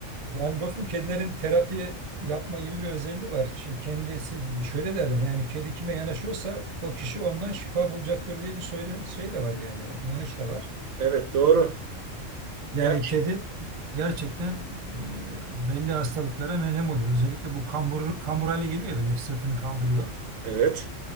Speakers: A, on the right (about 40°); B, on the right (about 90°).
A: Yani dostum kedilerin terapi yapma gibi bir özelliği var. Şimdi kendisi şöyle derler yani kedi kime yanaşıyorsa o kişi ondan şifa bulacaktır diye bir söyle, şey de var yani inanış da var.
B: evet doğru.
A: Yani
B: Ya,
A: kedi gerçekten e, belli hastalıklara melem oluyor. Özellikle bu kambur, kambur hale geliyor ya böyle sırtını kaldırıyor.
B: evet.